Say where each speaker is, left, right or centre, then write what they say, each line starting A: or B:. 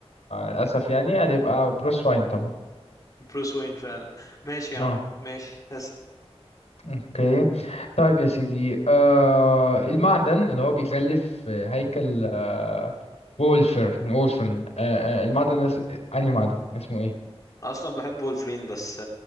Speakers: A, on the left; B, on the left.
A: للأسف يعني هتبقى بروس واين طبعا
B: بروس وين فعلا ماشي يا
A: اه
B: عم ماشي هسأل
A: اوكي طيب يا سيدي آه المعدن اللي هو بيغلف هيكل آه وولفرن وولفرن آه آه المعدن ده اس- أنهي معدن اسمه ايه
B: أنا اصلا بحب وولفرين بس